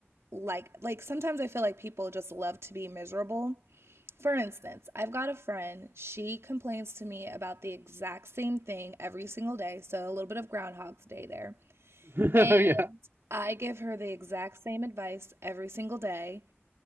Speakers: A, on the right; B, on the right.
A: like like sometimes I feel like people just love to be miserable. For instance, I've got a friend, she complains to me about the exact same thing every single day, so a little bit of groundhog's day there.
B: <laughs>
A: And
B: Oh Yeah.
A: I give her the exact same advice every single day,